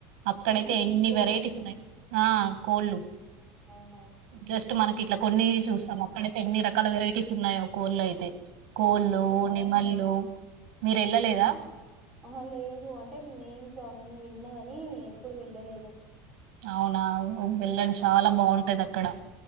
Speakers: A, on the right; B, in the centre.
A: అక్కడైతే
B: ఏంటి
A: ఎన్ని
B: కోడి
A: వెరైటీస్ ఉన్నాయ్. ఆ కోళు
B: ఆహా
A: జస్ట్ మనకి ఇట్లా కొన్ని చూస్సాం అక్కడైతే ఎన్ని రకాల వెరైటీస్ ఉన్నాయో కోళ్ళు అయితే కోళ్ళు
B: అవునా
A: నిమళ్ళు మీరు వెళ్ళలేదా
B: ఆహా లేదు అంటే నేమ్స్ అవన్నీ విన్నా కాని ఎప్పుడు వెళ్ళలేదు
A: అవునా వెళ్ళండి చాలా బాగుంటాది అక్కడ